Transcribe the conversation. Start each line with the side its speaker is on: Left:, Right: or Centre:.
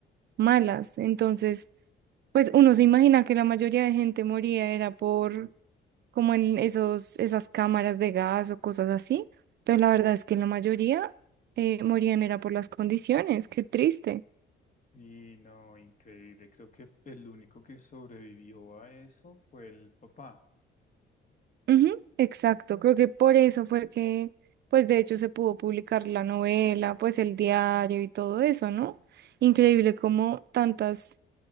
Right: malas. Entonces, pues uno se imagina que la mayoría de gente moría era por como en esos, esas cámaras de gas o cosas así, pero la verdad es que la mayoría eh, morían era por las condiciones, qué triste.
Left: Y no, increíble, creo que el único que sobrevivió a eso fue el papá.
Right: Ujú, exacto, creo que por eso fue que, pues de hecho se pudo publicar la novela, pues el diario y todo eso, ¿no? Increíble cómo tantas,